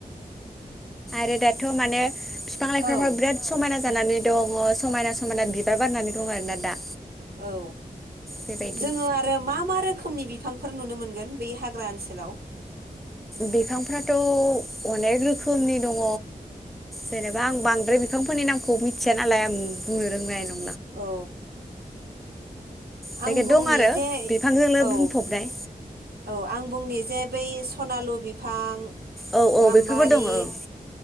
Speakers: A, in the centre; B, on the right.
A: दे दाथ' माने बिफां लाइफांफा
B: औ
A: बिराद समायना जानानै दङ समायना समायना बिबार बारनानै दं आरोना दा
B: औ
A: बेबायदि
B: जोङो आरो मा मा रोखोमनि बिफांफोर नुनो मोनगोन बै हाग्रा ओनसोलाव?
A: बिफांफ्राथ' अनेक रोखोमनि दङ जेनेबा आं बांद्राय बिफांफोरनि नामखौ मिथिया नालाय आं बुंनो रोंनाय नं
B: औ
A: जायखिया
B: आं बुंनि
A: दं आरो
B: जे
A: बिफांजोंनो
B: औ
A: बुंफबनाय
B: औ आं बुंनि जे बै सनालु बिफां
A: औ औ
B: गाम्बारि
A: बेफोरबो दङ ओं